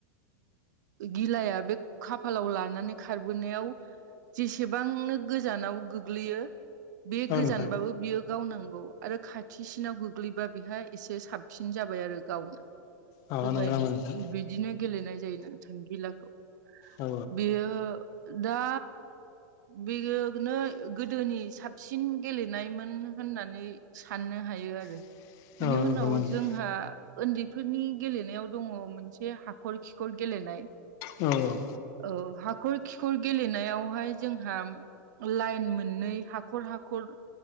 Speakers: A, on the right (about 70°); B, on the left (about 35°).
A: गिलाया बे खाप फालाव लानानै खारबोनायाव जेसेबांनो गोजानाव गोग्लैयो बे
B: औ
A: गोजानबाबो
B: नोंथां
A: बियो गावनांगौ आरो खाथिसिनाव गोग्लैबा बेहा एसे साबसिन जाबाय आरो गावनो
B: औ
A: बेबायदि
B: नंगौ नामा नोंथां
A: बिदिनो गेलेनाय जायो नोंथां गिलाखौ
B: औ
A: बेयो दा बेयोनो गोदोनि साबसिन गेलेनायमोन होननानै साननो हायो आरो।
B: <inaudible>
A: बिनि उनाव
B: नामा नोंथां?
A: जोंहा उन्दैफोरनि गेलेनायाव दङ मोनसे हाखर खिखर गेलेनाय।
B: औ
A: औ हाखर खिखर गेलेनायावहाय जोंहा लाइन मोननै हाखर हाखर